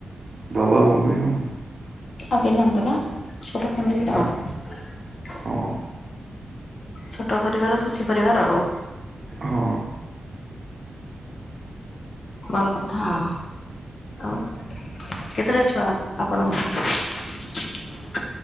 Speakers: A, on the right; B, on the left.
A: ବାବା ମମି ଓ
B: ଆଗେ ନନ୍ଦ ନା ଛୋଟ ଫ୍ୟାମିଲିଟା
A: ନା
B: ଆଉ।
A: ହଁ
B: ଛୋଟ ପରିବାର ସୁଖୀ ପରିବାର ଓ।
A: ହଁ।
B: ଭଲ କଥା ଆଉ। ଆଉ କେତେଟା ଛୁଆ ଆପଣଙ୍କର?